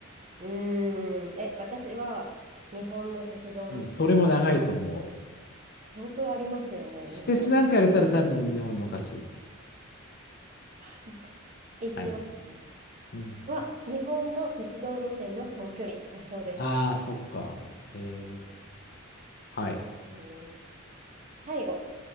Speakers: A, on the right (about 35°); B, on the left (about 50°).
A: うーん。え、私は日本の鉄道路線。
B: うん、それも長いと思う。
A: 相当ありますよね、日本。
B: 私鉄なんかやれたら多分日本の勝ち。
A: あ、そっか。行きますね。
B: はい。うん。
A: は、日本の鉄道路線の総距離だそうです。
B: ああ、そっか。ええはい。
A: えー最後、